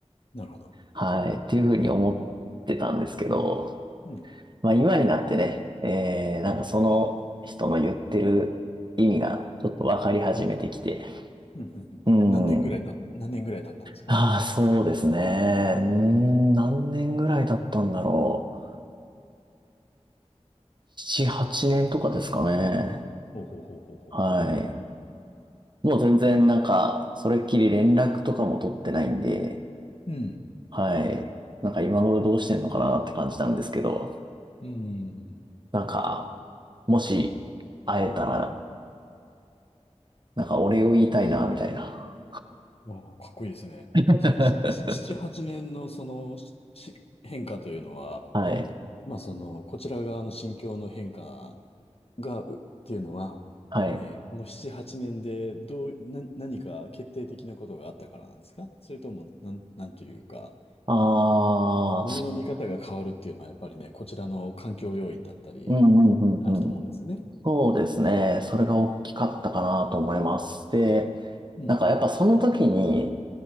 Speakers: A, on the left; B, on the right.
A: なるほど。
B: はい、っていうふうに思ってたんですけど、
A: うん、
B: まあ今になってね、えー、なんかその人の言ってる意味がちょっと分かり始めてきて、
A: うん、うん、うん。
B: うん、
A: 何年ぐらいた、何年ぐらい経ったんですか
B: ああ、そうですね、うーん、何年ぐらいだったんだろう。7、8年とかですかね。
A: ほうほうほうほうほうほ
B: はい。もう全然なんか、それっきり連絡とかも取ってないんで、
A: う。うん。
B: はい。なんか今頃どうしてんのかなって感じなんですけど、
A: うん。
B: なんか、もし会えたら、なんかお礼を言いたいな、みたいな。
A: わあ、かっこいいですね。
B: <laughs>
A: そ、しし七、八年のそのしし変化というのは、
B: はい。
A: まあ、その、こちら側の心境の変化が、うっていうのは、
B: はい。
A: えーこの7、8年でどう、な、何か決定的なことがあったからなんですかそれとも、なん、なんというか、
B: あー、
A: ものの見方が変わるっていうのは、やっぱりね、こちらの環境要因だったり、
B: うんうんうんうん。
A: あると思うんですよね。
B: そうですね。それが大きかったかなと思います。で、
A: うん、
B: なんかやっぱその時に、